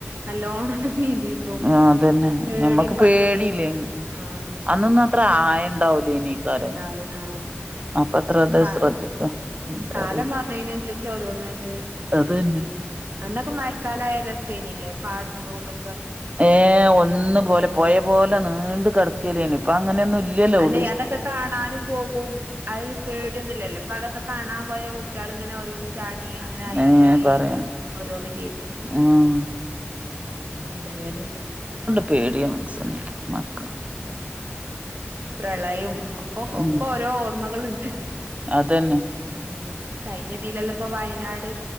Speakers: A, on the right (about 55°); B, on the right (about 30°).
A: നല്ലോണം നീന്തീട്ടും
B: ആ അതന്നെ
A: പേടിം
B: ഞമ്മക്ക്
A: പ
B: പേടിയില്ലേനി
A: ഇതൊന്നും ഇല്ലല്ലോ ആഹ്
B: അന്നൊന്നും അത്ര ആയണ്ടാവു ലെനികാരം
A: ഉണ്ടാവൂല ആഹ്
B: അപ്പത്ര അത്
A: കാ
B: ശ്രദ്ധിക്ക എന്താ
A: കാലം
B: അറിയില്ല
A: മാർണേനൻസരിച്ചോരോന്ന്ണ്ട്
B: അതന്നെ
A: അന്നൊക്കെ മയക്കാലായ രസേനിലെ പാടുംന്തോടൊ
B: ഏ ഒന്നുപോലെ പൊയപോലെ നീണ്ട്കെടക്കലേനൊ ഇപ്പ അങ്ങനെന്നും
A: ആഹ്
B: ഇല്ലല്ലൊവ്ടി
A: അല്ലെ അതൊക്കെ കാണാനും പോകും അതിന് പേടിയൊന്നില്ലല്ലോ പ്പൊ അതൊക്കെ കാണാൻപോയ കുട്ട്യാള് ഇങ്ങനെ ഓരോന്ന് ചാടി അങ്ങനെ ആയി
B: ഏ
A: ഇങ്ങനായി
B: പറയണ്ട
A: ഓരോന്ന്കേക്കും
B: ഉം
A: ഏതയാലും
B: പേടിയ മനസന് മക്ക
A: പ്രളയും ഒ ഒക്കോരോ
B: ഉം
A: ഓർമ്മകള്
B: അതന്നെ
A: ഉം കഴിഞ്ഞതിലല്ല ഇപ്പൊ വയനാട്